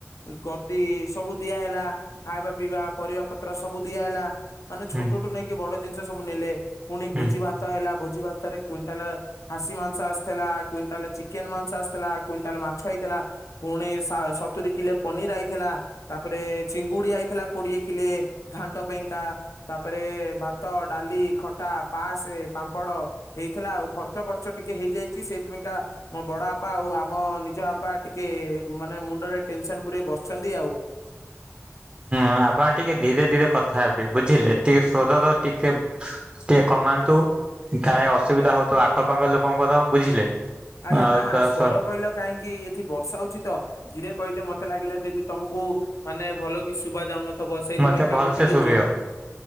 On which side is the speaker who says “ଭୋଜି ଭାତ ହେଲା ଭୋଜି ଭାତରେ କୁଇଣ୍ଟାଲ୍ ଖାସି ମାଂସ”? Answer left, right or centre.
Left